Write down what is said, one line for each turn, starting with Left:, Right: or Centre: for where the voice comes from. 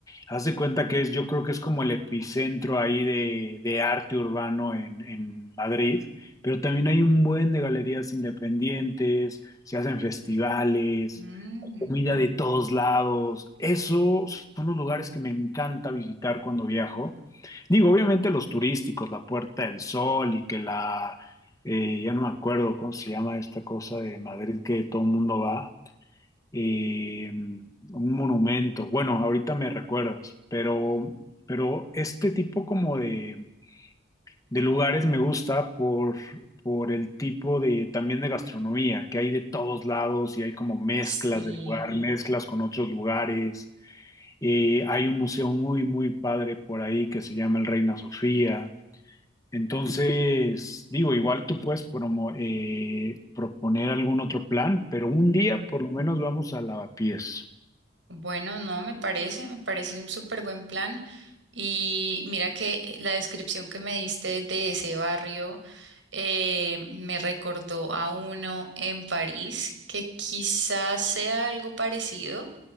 Left: Haz de cuenta que es, yo creo que es como el epicentro ahí de, de arte urbano en, en Madrid, pero también hay un buen de galerías independientes, se hacen festivales,
Right: mm,
Left: hay comida de todos lados. Esos son los lugares que me encanta visitar cuando viajo. Digo, obviamente los turísticos, la Puerta del Sol y que la eh, ya no me acuerdo cómo se llama esta cosa de Madrid que todo el mundo va, eh, un monumento, bueno, ahorita me recuerdas, pero, pero este tipo como de, de lugares me gusta por, por el tipo de, también de gastronomía, que hay de todos lados y hay como mezclas
Right: sí.
Left: de lugar, mezclas con otros lugares. Eh, hay un museo muy, muy padre por ahí que se llama el Reina Sofía. Entonces, digo, igual tú puedes promo- eh, proponer algún otro plan, pero un día
Right: Ujú.
Left: por lo menos vamos a Lavapiés.
Right: Bueno, no, me parece, me parece un súper buen plan. Y mira que la descripción que me diste de ese barrio. eh, me recordó a uno en París que quizás sea algo parecido,